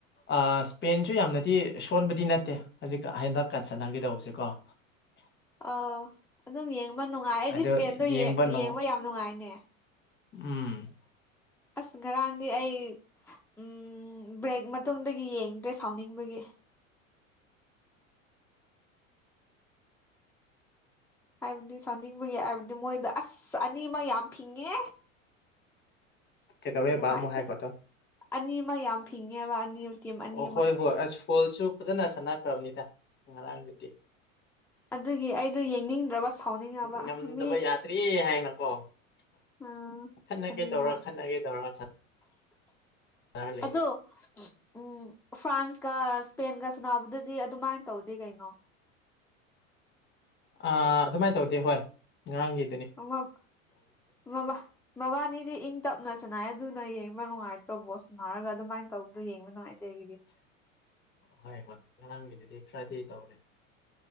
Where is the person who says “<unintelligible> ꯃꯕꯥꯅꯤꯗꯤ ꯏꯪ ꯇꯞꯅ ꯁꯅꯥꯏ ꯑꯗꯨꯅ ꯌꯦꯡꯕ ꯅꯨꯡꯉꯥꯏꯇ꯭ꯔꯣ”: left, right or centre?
Centre